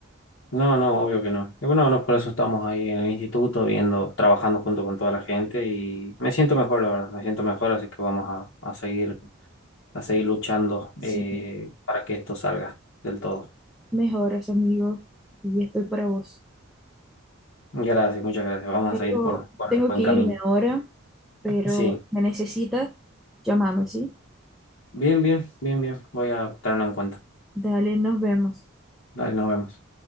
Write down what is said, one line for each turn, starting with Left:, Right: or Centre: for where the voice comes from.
Left: No, no, obvio que no. Y bueno, no, por eso estamos ahí en el instituto, viendo, trabajando junto con toda la gente y me siento mejor, la verdad, me siento mejor, así que vamos a, a seguir, a seguir luchando
Centre: Sí,
Left: eh, para que esto salga del todo.
Centre: mejoras, amigo. Y estoy para vos.
Left: Gracias, muchas gracias. Vamos
Centre: Tengo,
Left: a seguir por, por
Centre: tengo
Left: el buen
Centre: que
Left: camino.
Centre: irme ahora, pero
Left: Sí,
Centre: me necesita, llámame, ¿sí?
Left: bien, bien, bien, bien. Voy a tenerlo en cuenta.
Centre: Dale, nos vemos.
Left: Dale, nos vemos.